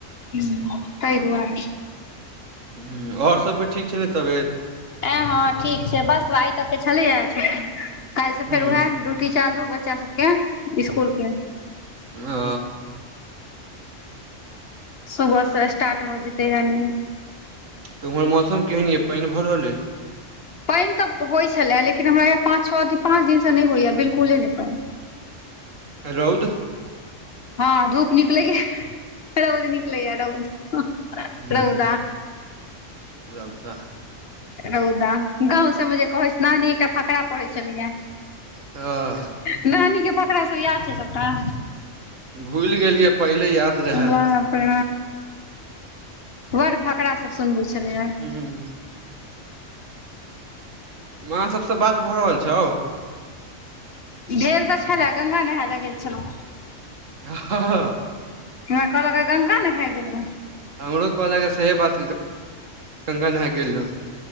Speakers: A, on the left; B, on the right.
A: ह तहि दुआार
B: हुँ आओर सभके ठीक छै ने तबियत
A: ए हाँ ठीक छै बस आइ तक के छलै ह छुट्टी काल से
B: हूँ
A: फेर उएह रो छुट्टी चालू बच्चा सबके स्कूल कें
B: ओ
A: सुबहसँ स्टार्ट भ जेतै रनिंग
B: तऽ उमहर मौसम केन ये पानि भरल अे
A: पानि तऽ होइत छलै लेकिन हमरा य पाँच छओ दिन पाँच दिनसँ नहि होइएा बिल्कुले नहि पानि
B: रौद
A: हँ धूप निकलैय रौद निकलैय रौद
B: हुँ
A: रौदा
B: रौदा
A: रौदा गाँंव सबमे जे कहै छै नानी एकटा फकरा पढ़ै छलिये
B: हँ
A: नानी के फकड़ा सब याद छै सबटा
B: भुलि गेलियै पहिले याद रहै
A: वाह अपड़ बड़ फकरासँ सुनबै छलियय
B: हूँ माँ सभ सँ बात भऽ रहल छौ
A: भेल तऽ छलए गंगा नहाय लए गेल छलहुँ
B: ह ह
A: हमरा कहलक गंगा नेहाय गेलहन
B: हमरो कहलक सएह बात गंगा नहा गेल रहौ